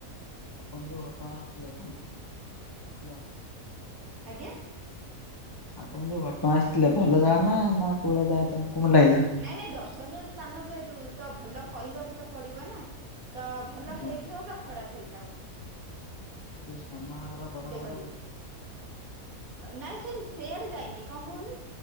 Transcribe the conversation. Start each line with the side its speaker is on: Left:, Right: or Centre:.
Left: ଆପଣ ଯୋଉ ଘଟଗାଁ ଆସିଥିଲେ <unintelligible>
Right: ଆଜ୍ଞା।
Left: ଆପଣ ଯୋଉ ଘଟଣା ଆସିଥିଲେ ଭଲ ଜାଗା ନା ନା କୁଳା ଜାଗା ତମକୁ ମୁଁ ଲାଗିଲା।
Right: ନାଇଁ ନାଇଁ ଦର୍ଶନୀୟ ସ୍ଥାନ ଯେହେତୁ ତ ଭଲ କହିବାକୁ ତ ପଡିବ ନା? ତ ଭଲ
Left: ଆଜ୍ଞା
Right: ହେଇଥାଉ ବା ଖରାପ ହେଇଥାଉ।
Left: ଦେ <unintelligible> ସ୍ ନାନହାରହାର ବଡ଼
Right: ଦେଖନ୍ତୁ
Left: ହହାର ଗୁ।
Right: ନାଇଁ ସେ ସେଆଡେ ଯାଇନି କଣ କୁହନି